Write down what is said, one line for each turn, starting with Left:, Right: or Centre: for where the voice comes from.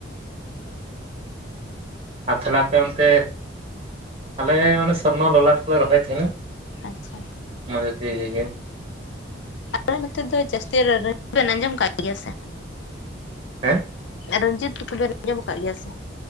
Right: ᱟᱨ ᱛᱟᱦᱞᱮ ᱟᱯᱮ ᱚᱱᱛᱮ ᱟᱞᱮ ᱚᱱᱮ ᱥᱚᱨᱱᱚ ᱞᱚᱞᱟᱴ ᱠᱚᱞᱮ ᱨᱚᱦᱚᱭ ᱛᱟᱦᱮᱱᱟ
Left: ᱟᱪᱪᱷᱟ
Right: ᱚᱱᱟ ᱡᱟᱛᱤᱭᱚ ᱜᱮ
Left: ᱟᱞᱮ ᱱᱚᱛᱮ ᱫᱚ ᱡᱟᱹᱥᱛᱤ ᱵᱮᱱ ᱟᱸᱡᱚᱢ ᱠᱟᱫ ᱜᱮᱭᱟ ᱥᱮ
Right: ᱦᱮᱸ
Left: ᱨᱚᱧᱡᱤᱛ ᱠᱚᱵᱮᱱ ᱟᱸᱡᱚᱢ ᱠᱟᱜ ᱜᱮᱭᱟ ᱥᱮ